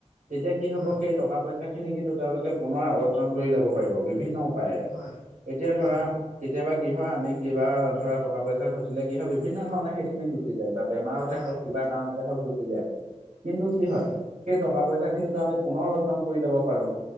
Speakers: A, on the right (about 80°); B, on the left (about 85°).
A: তেতিয়া কি হ'ব
B: হয়
A: সেই টকা পইচা সেইখিনি কিন্তু তেওঁলোকে পুনৰ অৰ্জন কৰি লব পাৰিব বিভিন্ন উপায়েৰে।
B: হয়
A: এতিয়া ধৰা
B: অ
A: কেতিয়াবা কি হয় আমি কিবা ধৰা টকা পইচা ঘটিলে কি হয় বিভিন্ন ধৰণে সেইখিনি গুচি যায় বা বেমাৰতে
B: হয়
A: হওক কিবা কাৰণতে হক গুচি যায়। কিন্তু কি হয়
B: উম
A: সেই টকা পইচা খিনিটো আমি পুনৰ অৰ্জন কৰি লব পাৰো